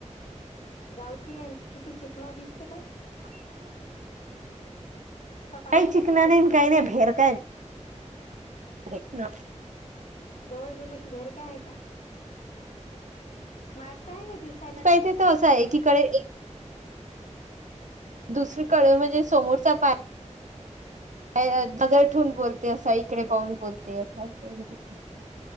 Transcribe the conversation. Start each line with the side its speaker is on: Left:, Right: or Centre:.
Left: गावटी आहे न किती चिकना दिसते पण.
Right: <inaudible>
Left: त पाहिलं
Right: काही चिकना
Left: का त्याले
Right: नाही न काय नाही. भेरका आहे. हेच ना.
Left: जवळ गेलं की भेरका आहे का? स्मार्ट त आहे व दिसायले.
Right: ताई तिथं असं एकीकडे दुसरीकडे म्हणजे समोरचा पाय अ नजर ठेवून बोलते असा. इकडे पाहून बोलते असा, इकडून तिकडे.